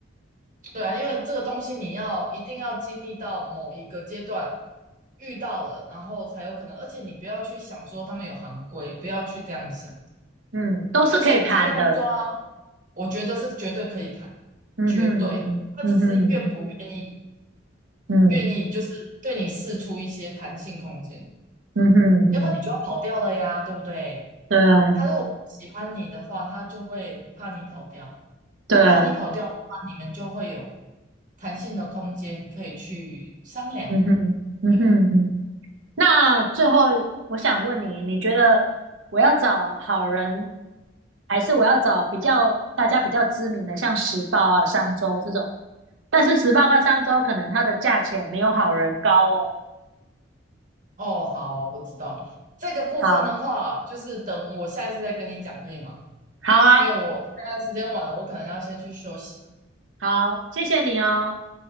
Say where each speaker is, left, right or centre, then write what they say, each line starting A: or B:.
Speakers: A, on the right; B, on the right.
A: 对啊，因为这个东西你要一定要经历到某一个阶段遇到了，然后才有可能。而且你不要去想说他们有行规，不要去这样想，
B: 嗯，都是可以谈的，
A: 就是尽量抓。我觉得是绝对可以谈，
B: 嗯哼哼，
A: 绝对。他只是愿不愿意，
B: 嗯哼哼，嗯。
A: 愿意就是对你释出一些弹性空间，
B: 嗯哼哼
A: 要不然你就要跑掉了呀，对不对？
B: 啊，
A: 他如果不喜欢你的话，他就会怕你跑掉，
B: 对啊，
A: 啊，怕你跑掉的话，你们就会有弹性的空间可以去商量。
B: 嗯哼嗯哼哼。
A: 对
B: 那最后我想问你，你觉得我要找好人，还是我要找比较大家比较知名的，像时报啊、商周这种？但是时报跟商周可能它的价钱没有好人高哦。
A: 哦，好啊我知道了。这个部分的话，
B: 好，
A: 就是等我下一次再跟你讲，可以吗？
B: 好啊，
A: 因为我现在时间晚了，我可能要先去休息了。
B: 好，谢谢你哦，